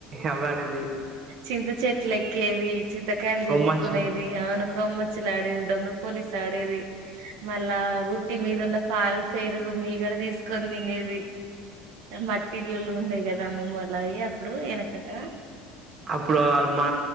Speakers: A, on the right; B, on the right.
A: అవ్వాడేది
B: చింత చెట్లు ఎక్కేది చింతకాయలు
A: కొమ్మచ్చులు
B: దెంపుకునేది అవును కొమ్మచ్చిలాడి ఆడేది దొంగ పోలిసాడేది మళ్ళా ఉట్టి మీద ఉన్న పాలు పెరుగు మీగడ తీసుకొని కొని తినేది మట్టి ఇల్లులు ఉండేయి కదా అమ్మమ్మ వాళ్ళకి <inaudible>
A: అప్పుడు మా